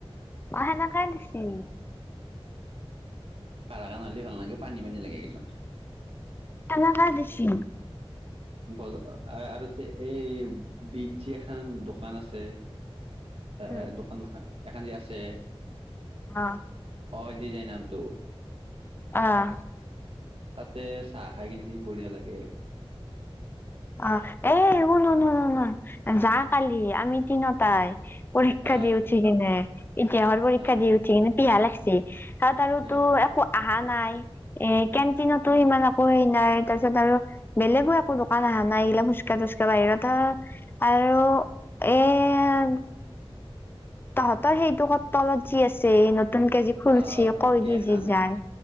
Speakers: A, on the left; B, on the right.
A: অ সেনেকাই দিছিল
B: খ কাৰণ হ'লে ভাল লাগে পানী পানী লাগাই গৈছে
A: আমাগ দিছি
B: বজাৰ আৰু এই বিদ যি এখন দোকান আছে এ
A: উম
B: দোকান এখন যে আছে
A: হ
B: অ দিজাই নামটো
A: অহ
B: তাতে চাহ খাই কেনেকি বঢ়িয়া লাগে
A: অ এ শুন শুন শুন যা কালি আমি তিনটাই পৰীক্ষা
B: আহ
A: দি উঠি কিনে ইতিহাহৰ পৰীক্ষা
B: আহ
A: দিয় উঠি কিনে পিয়াহ লাগছে তাত আৰুতো
B: কি
A: একো অহা নাই এ কেনটিনতো
B: আহ
A: ইমান আকৌ হে নাই তাৰপিছত আৰু বেলেগো একো পহ না এইলা খোচকাঢ় তোচ্কা় বাহিৰত আৰু আৰু এ <unintelligible> তহঁতৰ সেইটোক তলত যি আছে ন নতুন কেজি খুলচি
B: আহ
A: কৈ
B: কে
A: দি
B: খান
A: যি যায়